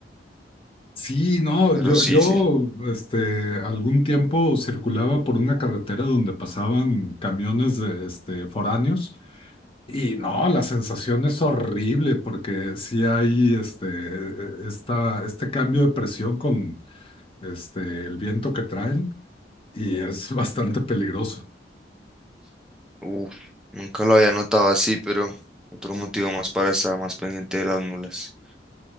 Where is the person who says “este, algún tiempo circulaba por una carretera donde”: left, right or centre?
Left